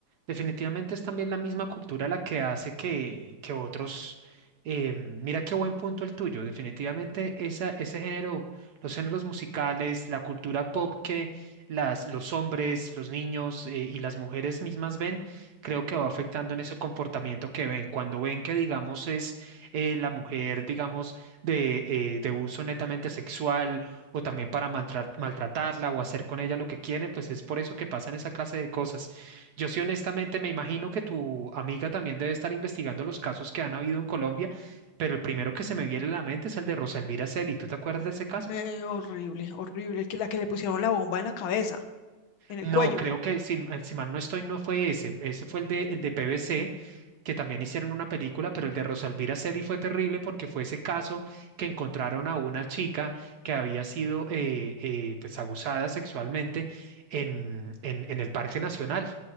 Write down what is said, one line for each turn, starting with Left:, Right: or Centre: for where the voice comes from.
Right: Definitivamente es también la misma cultura la que hace que, que otros... eh, mira qué buen punto el tuyo. Definitivamente esa, ese género, los géneros musicales, la cultura pop que las, los hombres, los niños eh, y las mujeres mismas ven, creo que va afectando en ese comportamiento que ven. Cuando ven que, digamos, es eh, la mujer, digamos, de, eh, de uso netamente sexual o también para maltra- maltratarla o hacer con ella lo que quiere, pues es por eso que pasan esa clase de cosas. Yo sí honestamente me imagino que tu amiga también debe estar investigando los casos que han habido en Colombia, pero el primero que se me viene a la mente es el de Rosa Elvira Celi. ¿Tú te acuerdas de ese caso?
Left: Eh, horrible, horrible, que la que le pusieron la bomba en la cabeza, en el
Right: No,
Left: cuello.
Right: creo que si, si mal no estoy, no fue ese. Ese fue el de, el de PVC, que también hicieron una película, pero el de Rosalvira Sely fue terrible porque fue ese caso que encontraron a una chica que había sido eh, eh, pues abusada sexualmente en, en, en el Parque Nacional